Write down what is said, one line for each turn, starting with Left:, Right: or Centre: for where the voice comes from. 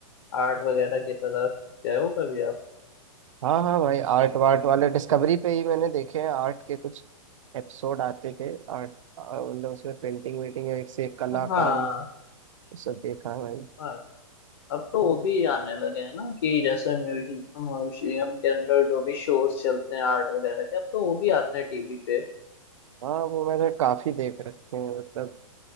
Left: आर्ट वगैरह की तरफ गए हो कभी आप
Right: हाँ हाँ भाई आर्ट वार्ट वाले डिस्कवरी पे ही मैंने देखे हैं आर्ट के कुछ एपिसोड आते थे आर्ट आ, मतलब उसमें पेंटिंग वेंटिंग एक से एक कलाकारी
Left: हाँ
Right: सब देखा है भाई
Left: हाँ, अब तो वो भी आने लगे हैं ना कि जैसे म्यूजियम म्यूजियम के अंदर जो भी शोज चलते हैं आर्ट वगैरह के अब तो वो भी आते हैं टीवी पे
Right: हाँ वो मैंने काफी देख रखे हैं मतलब